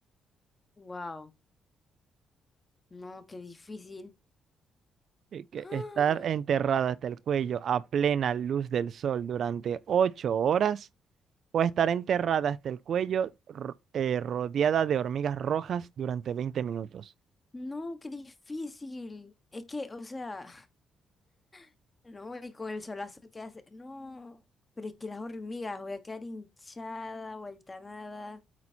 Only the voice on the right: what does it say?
Y que
estar enterrada hasta el cuello a plena luz del sol durante ocho horas. O estar enterrada hasta el cuello ro- eh, rodeada de hormigas rojas durante 20 minutos.